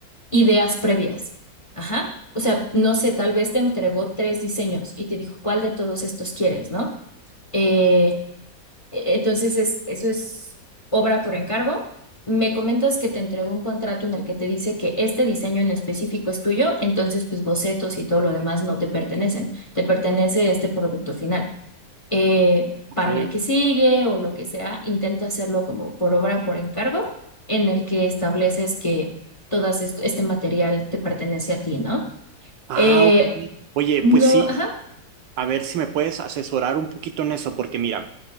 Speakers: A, on the left; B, on the right.
A: ideas previas. Ajá. O sea, no sé, tal vez te entregó tres diseños y te dijo, ¿cuál de todos estos quieres, no? Eh, e- entonces, es, eso es obra por encargo. Me comentas que te entregó un contrato en el que te dice que este diseño en específico es tuyo, entonces, pues bocetos y todo lo demás no te pertenecen, te pertenece este producto final eh,
B: Ok.
A: para la que sigue o lo que sea, intenta hacerlo como por obra, por encargo, en el que estableces que todo este material te pertenece a ti, ¿no?
B: Ah,
A: Eh,
B: ok. Oye,
A: no,
B: pues sí,
A: ajá.
B: a ver si me puedes asesorar un poquito en eso, porque mira,